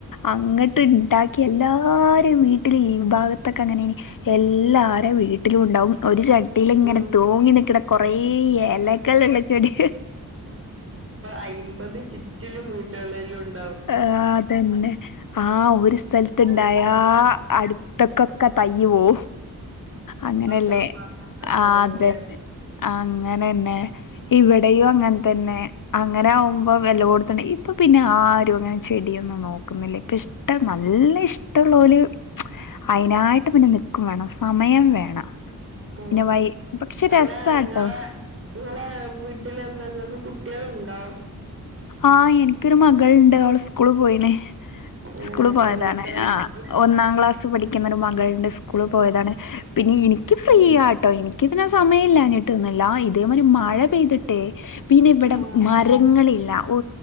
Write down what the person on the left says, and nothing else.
അങ്ങട്ട് ഇണ്ടാക്ക്കി എല്ലാരിമ്മ്മ് വീട്ടില് ഈൗ പാകത്തൊകെഅങ്ങനെ എല്ലാരെ വീട്ടിലും ഉണ്ടാകും ഒരു ചട്ട ട്ടിയിലിങ്ങനെ
തൂങ്ങി നിക്കണേ കൊറെേ എല്ലാകളില്ല ചെടി
ആഹ അതെന്നെ ആഹ ഒരു സ്ഥലത്തുണ്ടായാ
അടുത്തക്കൊക്കെ തയ്യുവോ അങ്ങനെയല്ലേ
ആ അതെന്നെ
അങ്ങനെന്നെ ഇവിടെയും അങ്ങനെ തന്നെ അങ്ങനെ ആകുമ്പോ വെല കൊടു- ഇപ്പൊ പിന്നെ ആ അങ്ങനെ ചെടിയൊന്നും നോക്കുന്നില്ലേ ഇപ്പ ഇഷ്ടം നല്ല ഇഷ്ടമുള്ള ഒരു അതിനതിനായിട്ട് പിന്നെ നക്കും വേണം സമയം വേണം
പിന്നെ വൈ പക്ഷെ
രസാട്ടോ
ആഹ എനിക്കൊരു മകൾുണ്ട് അവള് സ്കൂള് പോയിനെ
സ്കൂള് പോയതാണ്
ആ ഒന്നാം ക്ലാസ് പഠിക്കുന്ന ഒരു മകളിന്റെ സ്കൂള പോയതാണ് പിന്നെ എനിക്ക് ഫ്രീ ആട്ടോ എനിിക്കിതിനന് സമയം ഇില്ലഞ്ഞിട്ട് ഒന്നുംില്ല ഇതേമാതിരി മഴ ചെയ്തിട്ടെ പിന്നെവിടെ
മറേ ില്ല ഒ